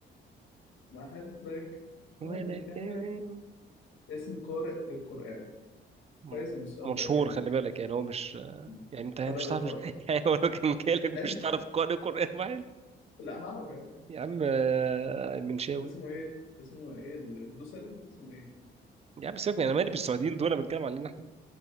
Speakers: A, on the left; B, on the right.
A: بحبك
B: وأنا
A: وأنا كمان
B: كمان
A: اسم قارئ للقرآن
B: م-
A: كويس إن السؤال
B: مشهور
A: ده جالك
B: خلي بالك يعني هو مش
A: م.
B: يعني انت مش
A: قارئ للقرآن
B: تعرف مش... <laughs> يعني هو لو كان جالك
A: لازم
B: مش تعرف قارئ قرآن واحد
A: لا هعرف يا عم
B: يا عم آه، المنشاوي
A: اسمه ايه اسمه ايه الدوسري اسمه ايه
B: يا عم سيبك من- انا مالي بالسعوديين دول انا بتكلم علينا احنا